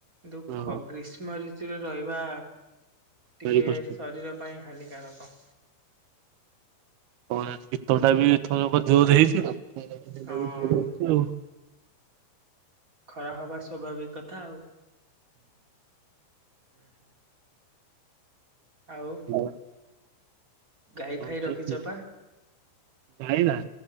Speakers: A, on the right (about 20°); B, on the right (about 70°).
A: ଦୁଃଖ
B: ହଁ
A: ଗ୍ରୀଷ୍ମ ଋତୁ ଖୁସିରେ ରହିବା ଟିକେ
B: ଭାରି କଷ୍ଟ
A: ଶରୀର ପାଇଁ ହାନିକାରକ।
B: ହଁ ନା ଶୀତ ଟା ବି ଏଥରକ ଜୋରେ ହେଇଚି <unintelligible>
A: ହଁ ଖରା ହବା ସ୍ୱାଭାବିକ କଥା ଆଉ। <unintelligible> ଆଉ।
B: ହଉ।
A: ଗାଈ
B: ହଁ
A: ଫାଇ
B: କଣ
A: ରଖିଛ
B: ଖାଇଛୁ
A: ପା
B: ଭାଇନା।